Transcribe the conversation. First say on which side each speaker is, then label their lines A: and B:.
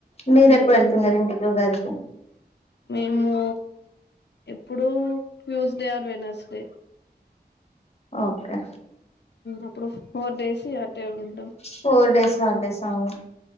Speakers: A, on the left; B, on the left.
A: మీరు
B: మ్మ్
A: ఎప్పుడు వెళ్తున్నారు ఇంటికి ఉగాదికి
B: మేము ఎప్పుడు ట్యూస్డే ఆర్ వెనస్డే
A: ఓకే
B: అప్పుడు ఫోర్ డేస్ అటే ఉండం
A: ఫోర్ డేస్ హాలిడేస్ అవును